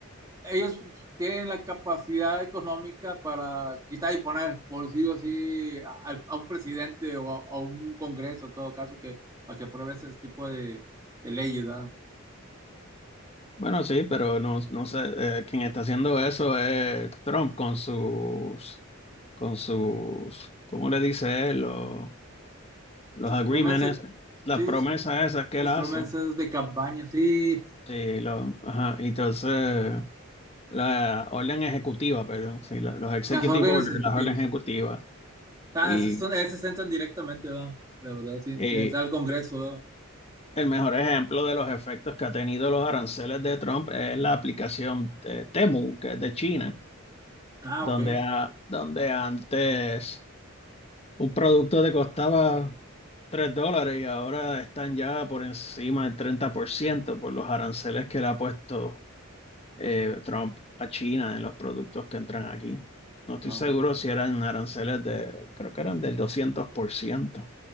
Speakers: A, on the right; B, on the left.
A: ellos tienen la capacidad económica para quitar y poner, por sí o sí, a, a un presidente o a, a, un congreso, en todo caso, que, para que apruebe ese tipo de, de leyes, ¿verdad?
B: Bueno, sí, pero no, no sé, eh, quien está haciendo eso es Trump con sus, con sus, ¿cómo le dice él? Los, los
A: Sus
B: agreements,
A: promesas,
B: esas, las
A: sí,
B: promesas
A: su-
B: esas que
A: sus
B: él hace.
A: promesas de campaña, sí,
B: Sí, lo, ajá, y entonces la orden ejecutiva, perdón, sí, la- los executive
A: las órdenes
B: orders,
A: ejecutivas.
B: las órdenes ejecutivas.
A: Ah,
B: Y,
A: esas son, esas entran directamente, ¿verdad? La verdad, sin,
B: y
A: sin entrar al congreso, ¿verdad?
B: el mejor ejemplo de los efectos que ha tenido los aranceles de Trump es la aplicación eh, Temu, que es de China,
A: Ah,
B: donde,
A: ok.
B: a- donde antes un producto te costaba 3 dólares y ahora están ya por encima del 30% por los aranceles que le ha puesto eh, Trump a China en los productos que entran aquí. No estoy
A: Ah,
B: seguro
A: ok.
B: si eran aranceles de, creo que eran del 200%.